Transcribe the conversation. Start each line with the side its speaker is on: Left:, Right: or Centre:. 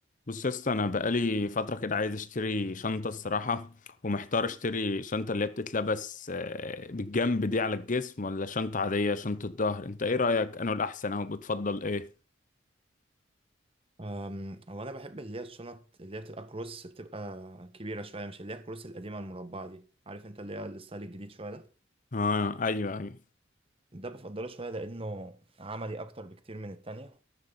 Left: بص يا اسطى انا بقالي فتره كده عايز اشتري شنطه الصراحه ومحتار اشتري شنطه اللي هي بتتلبس آه، بالجنب دي على الجسم ولا شنطه عاديه شنطه ظهر انت ايه رايك انا الاحسن او بتفضل ايه
Right: أم، هو انا بحب اللي هي الشنط اللي هي بتبقى كروس بتبقى كبيره شويه مش اللي هي الكروس القديمه المربعه دي عارف انت اللي هي الستايل الجديد شويه ده
Left: اه ايوه ايوه
Right: ده بفضله شويه لانه عملي اكتر بكتير من التانية